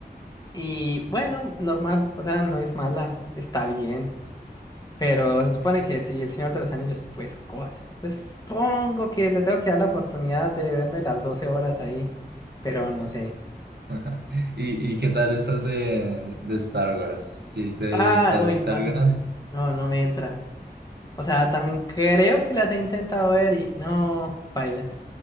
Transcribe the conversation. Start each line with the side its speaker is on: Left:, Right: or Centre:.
Left: Y bueno, normal, o sea, no es mala, está bien. Pero
Right: ¿Qué?
Left: se supone que si El Señor de los Anillos, pues God. Entonces supongo que le tengo que dar la oportunidad de verme las 12 horas ahí, pero no sé.
Right: <laughs> ¿Y, y qué tal estas de, de Star Wars? ¿Sí te,
Left: Ah,
Right: te has
Left: uy,
Right: visto
Left: no,
Right: algunas?
Left: ni- no, no me entra. O sea, también creo que las he intentado ver y no, bailas.